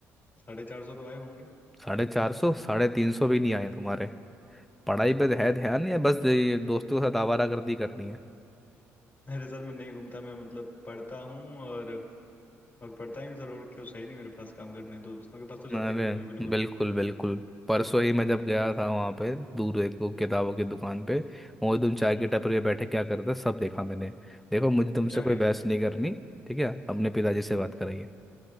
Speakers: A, on the left (about 35°); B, in the centre.
A: साढ़े चार सौ तो आए होंगे
B: साढ़े चार सौ साढ़े तीन सौ भी नहीं आए तुम्हारे पढ़ाई पे है ध्यान या बस ये दोस्तों के साथ आवारागर्दी करनी है
A: अरे सर मैं नहीं घूमता मैं मतलब पढ़ता हूँ और और पढ़ता ही हूँ सर और क्यों सही नहीं मेरे पास काम करने दोस्तों के पास तो जाता
B: अरे
A: ही नहीं मैं बिल्कुल
B: बिल्कुल बिल्कुल परसों ही मैं जब
A: हम्म
B: गया था वहाँ पे दूर एक वो किताबों की दुकान पे वही तुम चाय
A: हम्म,
B: के टपरी पे बैठे क्या करते सब देखा मैंने देखो मुझे तुमसे
A: क्या
B: कोई
A: गया
B: बहस नहीं करनी ठीक है अपने पिताजी से बात करेंगे